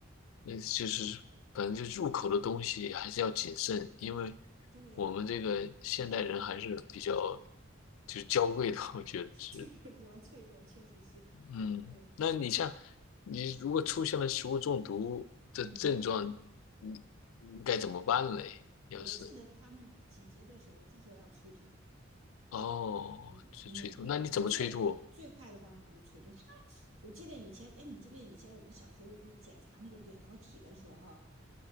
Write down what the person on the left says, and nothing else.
那就是反正就入口的东西还是要谨慎，因为
我们这个现代人还是比较就是娇贵的，<laughs> 我觉得是。
嗯，
那你像你如果出现了食物中毒的症状，
你你该怎么办嘞？要是
哦，
是催吐，
那你怎么催吐？